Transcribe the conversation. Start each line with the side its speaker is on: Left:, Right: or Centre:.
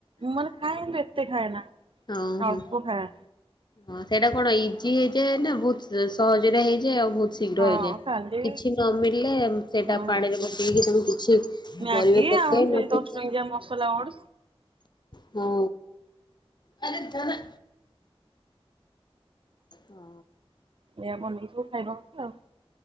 Right: ମାନେ ନାଇ ମୁଁ ଏତେ ଖାଏ ନା-
Left: ହ ହୋ।
Right: ଅଳ୍ପ ଖାଏ
Left: ହଁ ସେଇଟା କଣ ଇଜି ହେଇଯାଏ ନା ବହୁତ ସହଜରେ ହେଇଯାଏ। ଆଉ ବହୁତ ଶୀଘ୍ର
Right: ହଁ
Left: ହେଇଯାଏ।
Right: ଖାଲି
Left: କିଛି ନ ମିଳିଲେ ସେଇଟା
Right: ହଁ
Left: ପାଣିରେ ପକେଇକି ସବୁ କିଛି
Right: ମ୍ୟାଗି
Left: ପରିବା ପକାଇ
Right: ଆଉ ସେଇ
Left: ନ ପକାଇ
Right: ଦଶ ଟଙ୍କିଆ ମସଲା ଓଡସ୍
Left: ହଁ ଆ ରେ ଧର ହଁ।
Right: ଏଆ ଆମ <inaudible> ବନେଇ ସବୁ ଖାଇବା କଥା ଉ